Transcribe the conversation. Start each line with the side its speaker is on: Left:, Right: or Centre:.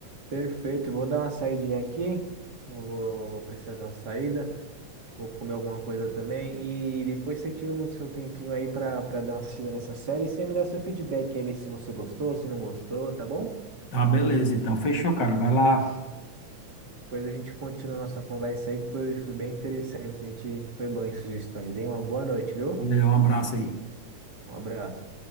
Right: Perfeito, vou dar uma saidinha aqui. Eu vou, vou precisar de uma saída. Vou comer alguma coisa também. E depois você tira um seu tempinho aí pra, pra dar uma assistida nessa série. E você me dá seu feedback aí, ver se você gostou, se não gostou, tá bom?
Left: Tá, beleza. Então, fechou, cara. Vai lá.
Right: Depois a gente continua a nossa conversa aí, que foi, foi bem interessante. A gente foi bom em sugestões, hein? Uma boa noite, viu?
Left: Valeu, um abraço aí.
Right: Um abraço.